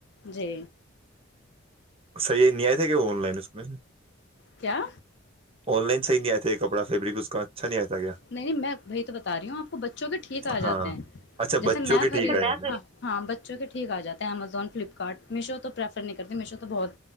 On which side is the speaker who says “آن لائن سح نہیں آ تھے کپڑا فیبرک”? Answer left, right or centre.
Right